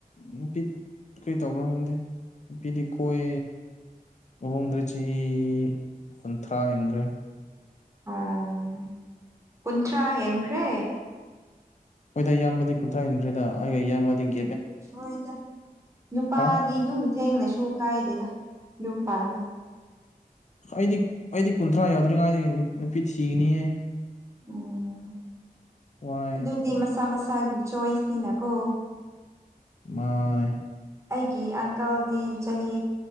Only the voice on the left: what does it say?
ꯅꯨꯄꯤ ꯀꯔꯤ ꯇꯧꯕ꯭ꯔꯥ ꯈꯪꯗꯦ꯫ ꯅꯨꯄꯤꯗꯤ ꯀꯣꯏ ꯃꯑꯣꯡꯗ ꯆꯍꯤ ꯀꯨꯟꯊ꯭ꯔꯥ ꯍꯦꯟꯒ꯭ꯔꯦ꯫
ꯍꯣꯏꯗ ꯌꯥꯝꯕꯗꯤ ꯀꯨꯟꯊ꯭ꯔꯥ ꯍꯦꯟꯈ꯭ꯔꯦꯗ ꯑꯩꯒ ꯌꯥꯝꯕꯗꯒꯤ
ꯍꯥ
ꯑꯩꯗꯤ ꯑꯩꯗꯤ ꯀꯨꯟꯊ꯭ꯔꯥ ꯌꯥꯎꯗ꯭ꯔꯤꯉꯥꯏꯗꯒꯤ ꯅꯨꯄꯤ ꯊꯤꯒꯅꯤꯍꯦ꯫
ꯋꯥꯏ
ꯃꯥꯅꯦ